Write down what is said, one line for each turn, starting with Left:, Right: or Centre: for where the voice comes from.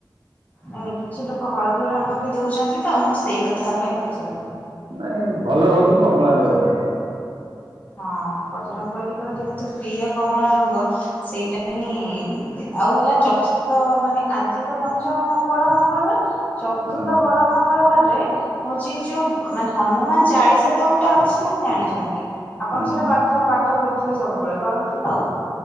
Left: ନାଇଁ ନାଇଁ କିଛି ଲୋକ ହଳଦିଆ ରଙ୍ଗ ବି ଦଉଛନ୍ତି ତ ମୁଁ ସେଇ କଥା ପାଇଁ ପଚାରିଲି।
Right: ନାଇଁ ଭଲ ହଉଛି କମଳା ରଙ୍ଗ ଟା।
Left: ହଁ ବଜରଙ୍ଗବାଲୀଙ୍କର ଯେହେତୁ ପ୍ରିୟ କମଳା ରଙ୍ଗ ସେଇଟା ହିଁ ଆଉ ଗଲା ଚତୁର୍ଥ ମାନେ ଆଜି ତ ପଞ୍ଚମ ବଡ ମଙ୍ଗଳବାର। ଚତୁର୍ଥ
Right: ହଁ
Left: ବଡ ମଙ୍ଗଳବାରରେ। ହଉଛି ଯୋଉ ମାନେ ହନୁମାନ ଚାଳିଶା ତ ଗୋଟେ ଅଛି ଆମେ ଜାଣିଛନ୍ତି। ଆପଣ
Right: ହୁଁ।
Left: ସେଇଟା ପାଠପାଠ କରୁଥିବେ ସବୁବେଳେ କରନ୍ତି ତ?